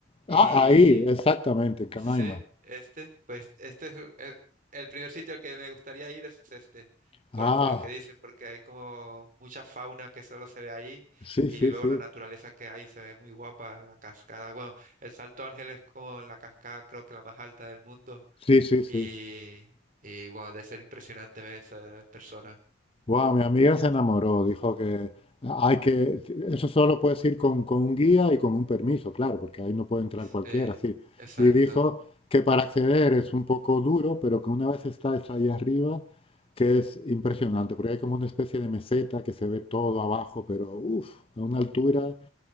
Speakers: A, on the right; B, on the left.
A: y
B: ah, ahí, exactamente, en Canaima.
A: sí, este, pues este es el, el- el primer sitio al que me gustaría ir es este, por,
B: Ah,
A: por lo que dices, porque hay como mucha fauna que solo se ve ahí,
B: sí,
A: y
B: sí,
A: luego
B: sí,
A: la naturaleza que hay se ve muy guapa, la cascada, bueno, el Salto Ángel es como la cascada creo que la más alta del mundo,
B: sí, sí,
A: Y,
B: sí.
A: y bueno, debe ser impresionante ver esa persona.
B: Wow, mi amiga se enamoró, dijo que hay que, eso solo puedes ir con, con un guía y con un permiso, claro, porque ahí no puede entrar
A: Sí,
B: cualquiera, sí.
A: exacto,
B: Y dijo que para acceder es un poco duro, pero que una vez estás ahí arriba, que es impresionante, porque hay como una especie de meseta que se ve todo abajo, pero uff, a una altura